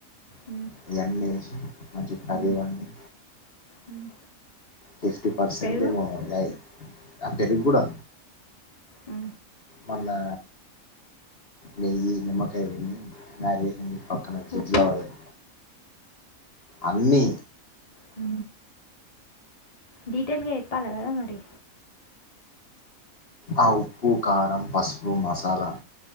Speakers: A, on the left (about 25°); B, on the left (about 45°).
A: మ్మ్,
B: ఇవన్నీ వేసి మంచిగా కర్రీ
A: మ్మ్,
B: వండి
A: మ్మ్.
B: ఫిఫ్టీ పర్సెంట్
A: పెరుగు
B: ఏమో ఆయ్ ఆ పెరుగు కూడా
A: హు
B: మళ్ళా నెయ్యి నిమ్మకాయ మ్యారిగేషన్ చేసి పక్కనే ఫ్రిడ్జ్
A: ఉప్పు
B: లో పాడేయ్ అన్నీ
A: హు డీటెల్గా చెప్పాలా కదా మరి
B: ఆ ఉప్పు కారం పసుపు మసాలా